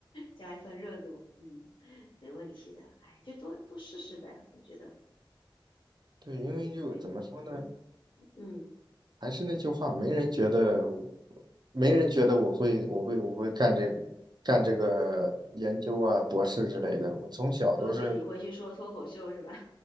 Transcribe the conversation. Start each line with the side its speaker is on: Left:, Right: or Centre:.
Left: 加一份热度，嗯，没问题的，哎，就多多试试呗，我觉得，
Right: 对，因为就怎么说呢？
Left: 对，我嗯嗯，
Right: 还是那句话，没人觉得我没人觉得我会，我会，我会干这干这个研究啊，博士之类的。我从小都是
Left: 都觉得你会去说脱口秀是吧？